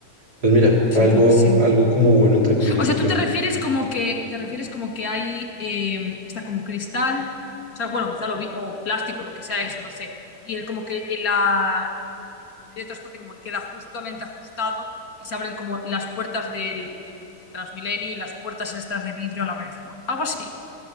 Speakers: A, on the right; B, on the left.
A: pues mira,
B: Sí,
A: algo,
B: creo que sí.
A: algo como bueno, entre comillas,
B: O sea,
A: que tenemos.
B: tú te refieres como que te refieres como que hay eh, está como cristal, o sea, bueno, cristal o, vi- o plástico, lo que sea eso, no sé. Y el como que el, la, el el medio de transporte como que queda justamente ajustado y se abren como las puertas del, del- del Transmilenio y las puertas estas de vidrio a la vez, ¿no? Algo así.